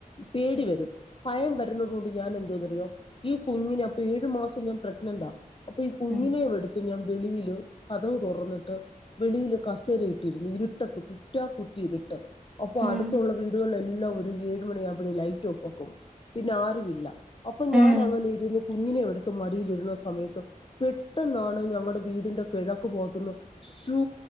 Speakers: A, on the left (about 40°); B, in the centre.
A: പേടി വരും ഭയം വരുന്നത് കൊണ്ട് ഞാൻ എന്തോന്ന്റിയോ ഈ കുഞ്ഞിനെ അപ്പൊ ഏഴു മാസം ഞാൻ പ്രഗ്നന്റാ അപ്പൊ ഈ കുഞ്ഞിനെ
B: ഉം
A: എടുത്ത് ഞാൻ വെളിയില് കതക് തുറന്നിട്ട് വെളിയില് കസേരയിട്ടിരുന്നു ഇരുട്ടത്ത് കുറ്റാ കുറ്റ് ഇരുട്ട് അപ്പൊ
B: ഉം ഉം
A: അടുത്തുള്ള വീടുകളിലെല്ലാം ഒരു ഏഴ്‌ മണിആകുമ്പഴേ ലൈറ്റ് ഓഫ്‌ ആക്കും പിന്നെ ആരുമില്ല അപ്പൊ
B: ഉം
A: ഞാൻ അങ്ങനെ ഇരുന്ന് കുഞ്ഞിനെ എടുത്ത് മടിയിലിരുന്ന സമയത്ത് പെട്ടെന്നാണ് ഞങ്ങളുടെ വീടിന്റെ കിഴക്ക് ഭാഗത്തുന്നു ശു